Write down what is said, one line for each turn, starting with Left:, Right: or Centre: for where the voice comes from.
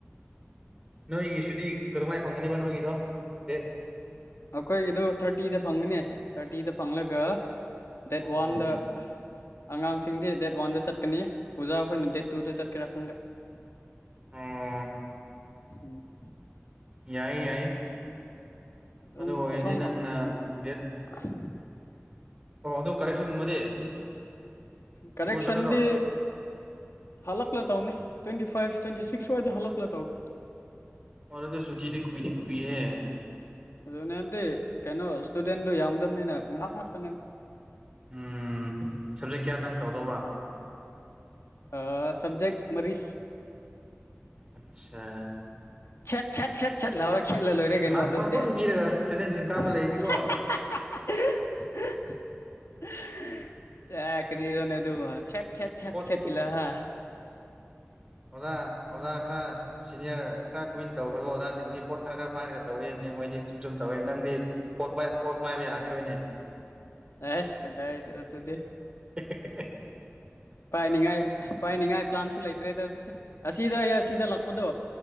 Right: ꯅꯣꯏꯒꯤꯁꯨꯗꯤ ꯀꯗꯧꯉꯥꯏꯅ ꯐꯪꯒꯅꯦꯕ ꯅꯣꯏꯒꯤꯗꯣ ꯗꯦꯠ
Left: ꯑꯩꯈꯣꯏꯒꯤꯗꯨ ꯊꯥꯔꯇꯤꯗ ꯐꯪꯒꯅꯦ ꯊꯥꯔꯇꯤꯗ ꯐꯪꯂꯒ ꯗꯦꯠ
Right: ꯑꯣ
Left: ꯋꯥꯟ ꯗ ꯑꯉꯥꯡꯁꯤꯡꯗꯤ ꯗꯦꯠ ꯋꯥꯟꯗ ꯆꯠꯀꯅꯤ ꯑꯣꯖꯥ ꯑꯩꯈꯣꯏꯅ ꯗꯦꯠ ꯇꯨꯗ ꯆꯠꯀꯦꯔꯥ ꯈꯪꯗꯦ
Right: ꯑꯣ
Left: ꯎꯝ
Right: ꯌꯥꯏ ꯌꯥꯏ
Left: <unintelligible>
Right: ꯑꯗꯨ ꯑꯣꯏꯔꯗꯤ ꯅꯪꯅ ꯗꯦꯠ ꯑꯣ ꯑꯗꯨ ꯀꯔꯦꯛꯁꯟꯒꯨꯝꯕꯗꯤ
Left: ꯀꯔꯦꯛꯁꯟꯗꯤ
Right: ꯄꯨꯔ ꯆꯠꯀꯗ꯭ꯔꯣ
Left: ꯍꯜꯂ ꯇꯧꯅꯦ ꯇ꯭ꯋꯦꯟꯇꯤ ꯐꯥꯏꯚ ꯇ꯭ꯋꯦꯟꯇꯤ ꯁꯤꯛꯁꯋꯥꯏꯗ ꯍꯂ ꯇꯧꯅꯤ
Right: ꯑꯣꯗꯤ ꯁꯨꯆꯤꯗꯤ ꯀꯨꯏ ꯀꯨꯏꯍ
Left: ꯑꯗꯨꯅꯦ ꯍꯥꯏꯕꯗꯤ ꯀꯩꯅꯣ ꯏꯁꯇꯨꯗꯦꯟꯗꯨ ꯌꯥꯝꯗꯕꯅꯤꯅꯦ ꯉꯥꯏꯍꯥꯛ ꯉꯥꯛꯇꯅꯦꯕ
Right: ꯎꯝ ꯁꯞꯖꯦꯛ ꯀꯌꯥꯗꯪ ꯇꯧꯗꯧꯕ
Left: ꯑ ꯁꯕꯖꯦꯛ ꯃꯔꯤ
Right: ꯑꯆꯥ
Left: ꯁꯠ ꯁꯠ ꯁꯦꯠ ꯁꯠ ꯂꯥꯎꯔ ꯈꯦꯠꯂ ꯂꯣꯏꯔꯦ
Right: ꯃꯥꯔꯛ
Left: ꯀꯩꯅꯣ ꯑꯗꯨꯕꯨꯗꯤ
Right: ꯄꯪꯄꯪ ꯄꯤꯔꯒ ꯏꯁꯇꯨꯗꯦꯟꯁꯤꯡ ꯀꯥꯕ
Left: <unintelligible>
Right: ꯂꯩꯅꯤꯀꯣ
Left: ꯆꯅꯤꯔꯣꯅꯦꯗꯨꯕꯦꯠ ꯈꯦꯠ
Right: ꯄꯣꯠ
Left: ꯈꯦꯠꯆ ꯂꯍ
Right: ꯑꯣꯖꯥ ꯑꯣꯖꯥ ꯑꯈ꯭ꯔꯥꯁ ꯁꯤꯅꯤꯌꯔ ꯈꯔ ꯀꯨꯏꯟ ꯇꯧꯈ꯭ꯔꯕ ꯑꯣꯖꯥꯁꯤꯡꯗꯤ ꯄꯣꯠ ꯈꯔ ꯈꯔ ꯄꯥꯏꯔꯒ ꯇꯧꯋꯦꯕꯅꯤ ꯃꯣꯏꯗꯤ ꯆꯨꯝ ꯆꯨꯝ ꯇꯧꯏꯦ ꯅꯪꯗꯤ ꯄꯣꯠ ꯄꯣꯠ ꯄꯥꯏꯕ ꯌꯥꯈꯤꯔꯣꯏꯅꯦ
Left: ꯑꯦꯁ ꯀꯗꯥꯏꯗ ꯑꯗꯨꯗꯤ
Right: <unintelligible>
Left: ꯄꯥꯏꯅꯤꯡꯉꯥꯏ ꯄꯥꯏꯅꯤꯡꯉꯥꯏ ꯄ꯭ꯂꯥꯟꯁꯨ ꯂꯩꯇ꯭ꯔꯦꯗ ꯍꯧꯖꯤꯛꯇꯤ ꯑꯁꯤꯗ ꯑꯩ ꯑꯁꯤꯗ ꯂꯥꯛꯄꯗꯣ